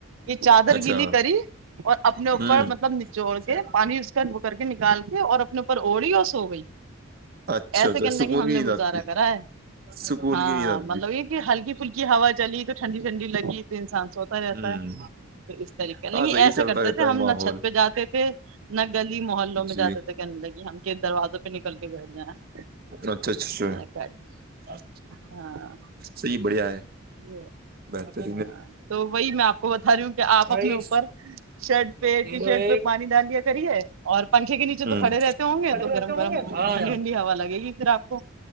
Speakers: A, on the right; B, on the right.
A: کہ چادر
B: اچھا
A: گیلی کری اور اپنے
B: ہوں
A: اوپر مطلب نچوڑ
B: اچھا
A: کے پانی اس کا ب کر کے نکال کے اور اپنے اوپر اوڑی اس ہو گئی
B: اچھا
A: ایسے کہنے
B: سکون
A: لگی ہم
B: کی نیند
A: نے
B: آتی
A: گزارا کرا ہے
B: سکون
A: ہاں
B: کی نیند آتی
A: مطلب یہ کہ ہلکی پھلکی ہوا چلی تو ٹھنڈی ٹھنڈی لگی تو انسان سوتا
B: ہوں
A: رہتا ہے تو اس طریقے لیکن
B: ہاں صحیح
A: ایسا
B: چلتا
A: کرتے
B: رہتا
A: تھے
B: ہے
A: ہم
B: ماحول
A: نہ چھت پہ جاتے تھے نہ گلی محلوں میں
B: جی
A: جاتے تھے کہنے لگی ہم کس دروازوں پہ نکل کے بیٹھ جائیں
B: اچھا اچھا
A: میں نے کہا ہاں
B: صحیح بڑھیا ہے
A: یہ
B: بہتر
A: ہاں تو وہی میں آپ کو بتا رہی ہوں کہ آپ
B: اٹھائیس
A: اپنے اوپر شرٹ پہ
B: زیرو
A: ٹی شرٹ
B: ایک
A: پہ پانی ڈال لیا کریے اور پنکھے کے نیچے
B: ہوں
A: تو کھڑے رہتے ہوں گے
B: کھڑے
A: تو
B: رہتے
A: گرم گرم
B: ہوں گے ہاں
A: ٹھنڈی ٹھنڈی ہوا لگے گی پھر آ کو